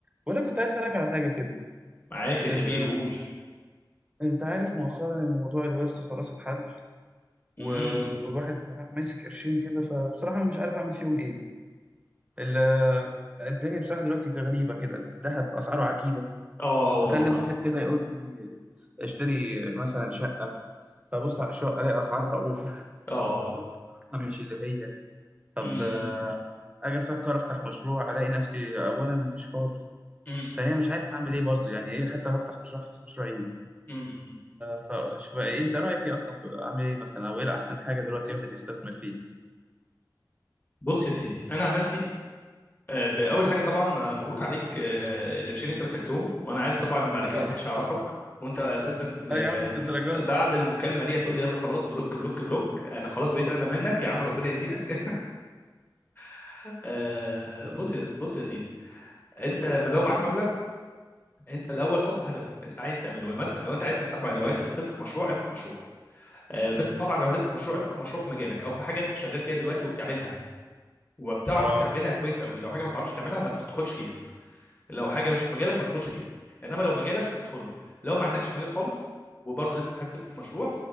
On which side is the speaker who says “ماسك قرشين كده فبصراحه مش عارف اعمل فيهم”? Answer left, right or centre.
Right